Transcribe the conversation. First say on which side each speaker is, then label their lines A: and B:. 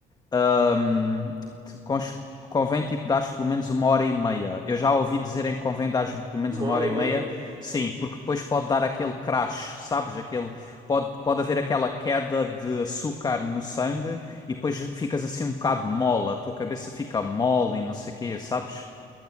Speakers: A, on the left; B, on the right.
A: Ahm, te- cons- convém tipo dares pelo menos uma hora e meia. Eu já ouvi dizerem que convém dares pelo menos
B: Uma
A: uma
B: hora
A: hora
B: e
A: e
B: meia.
A: meia. Sim, porque depois pode dar aquele crash, sabes? Aquele, pode, pode haver aquela queda de açúcar no sangue e depois ficas assim um bocado mole, a tua cabeça fica mole e não sei o quê, sabes?